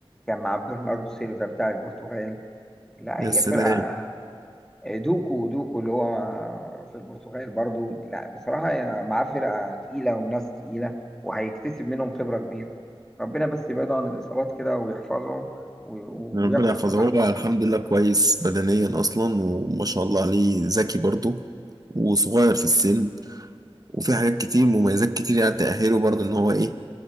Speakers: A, in the centre; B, on the right.
A: كان مع برناردو سيلفا بتاع البرتغال لا
B: يا
A: هي
B: سلام
A: فرقه آه، دوكو دوكو اللي هو في البرتغال برضو لا بصراحه هي معاه فرقه تقيله وناس تقيله وهيكتسب منهم خبره كبيره ربنا بس يبعده عن الاصابات كده ويحفظه و-
B: ربنا
A: وياخد
B: يحفظه
A: صلاح
B: هو
A: مثلا
B: الحمد لله كويس بدنيا اصلا وما شاء الله عليه ذكي برضه وصغير في السن وفي حاجات كتير مميزات كتير يعني تأهله برضه ان هو ايه